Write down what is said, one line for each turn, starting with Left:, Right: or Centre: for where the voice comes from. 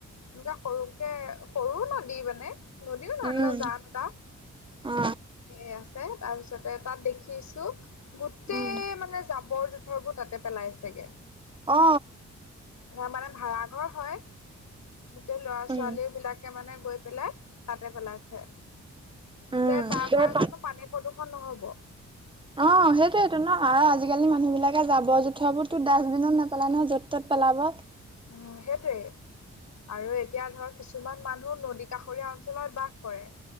Left: এনেকা সৰুকে সৰু নদী মানে নদীও নহয়
Right: উম,
Left: এনেকুৱা জান এটা
Right: অ।
Left: সেই আছে তাৰপিছতে তাত দেখিছোঁ গোটেই
Right: উম
Left: মানে জাবৰ -জোথৰবোৰ তাতে পেলাইছেগে।
Right: অ
Left: হে মানে ভাড়াঘৰ হয় গোটেই লৰা -ছোৱালী
Right: উম
Left: বিলাক কে মানে গৈ পেলাই তাতে পেলাইছে
Right: উম
Left: যে তাৰ
Right: তই
Left: পৰা
Right: পা
Left: জানো পানী প্ৰদূষণ নহ'ব?
Right: অ, সেইটোয়েটো ন' আৰু আজিকালি মানুহ বিলাকে জাবৰ -জোথৰবোৰতো ডাষ্টবিনত নেপেলাই নহয় য'ত -ত'ত পেলাব।
Left: উম, সেইটোৱেই। আৰু এতিয়া ধৰক কিছুমান মানুহ নদী কাষৰীয়া অঞ্চলত বাস কৰে